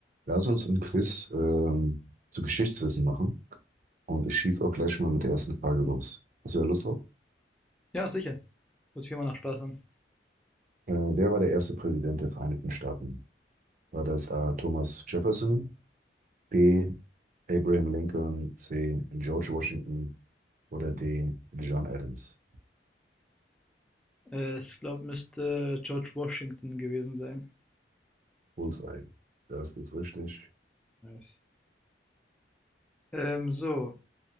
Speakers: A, on the right; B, in the centre.
A: Lass uns ein Quiz ähm, zu Geschichtswissen machen. Und ich schieße auch gleich mal mit der ersten Frage los. Hast du da Lust drauf?
B: Ja, sicher. Hört sich immer nach Spaß an.
A: Äh, wer war der erste Präsident der Vereinigten Staaten? War das A. Thomas Jefferson, B. Abraham Lincoln, C. George Washington oder D. John Adams?
B: Äh, ich glaube, müsste George Washington gewesen sein.
A: Bullseye. Das ist richtig.
B: Nice. Ähm, so,